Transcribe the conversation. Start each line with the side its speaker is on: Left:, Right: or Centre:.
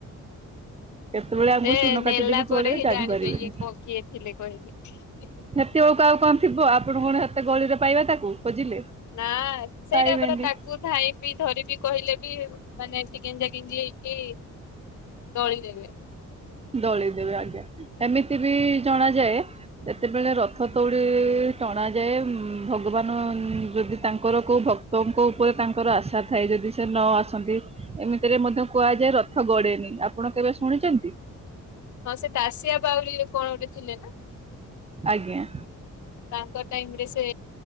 Right: କେତେବେଳେ ଆମକୁ
Left: ସେ
Right: ଚୂନ କାଟି
Left: ନେଲା
Right: ଦେଇକି ପଳେଇବେ
Left: ପରେ ହିଁ
Right: ଜାଣିପାରିବେନି।
Left: ଜାଣିବେ ଇଏ କ କିଏ ଥିଲେ କହିକି।
Right: ସେତେ ବେଳକୁ ଆଉ କଣ ଥିବ ଆପଣ କଣ ହେତେ ଗଳିରେ ପାଇବା ତାକୁ। ଖୋଜିଲେ
Left: ନା ସେଇଟା
Right: ପାଇବେନି।
Left: ପୁରା ତାକୁ ଧାଇଁବି ଧରିବି କହିଲେ ବି ମାନେ ଏମତି କି ଭିଞ୍ଜି ହେଇକି ଦଳିଦେବେ।
Right: ଦଳିଦେବେ ଆଜ୍ଞା ଏମିତି ବି ଜଣାଯାଏ ସେତେବେଳେ ରଥ ଦୌଡି ଟଣା ଯାଏ ଭଗବାନ ଯଦି ତାଙ୍କର କୋଉ ଭ କ୍ତଙ୍କ ଉପରେ ତାଙ୍କର ଆଶା ଥାଏ ଯଦି ସେ ନ ଆସନ୍ତି। ଏମିତିରେ ମଧ୍ୟ କୁହାଯାଏ ରଥ ଗଡେ ନି ଆପଣ କେବେ ଶୁଣିଚନ୍ତି?
Left: ହଁ ସେ ଦାଶିଆବାଉଳି କଣ ଗୋଟେ ଥିଲେ ନା?
Right: ଆଜ୍ଞା।
Left: ତାଙ୍କ ଟାଇମ ରେ ସେ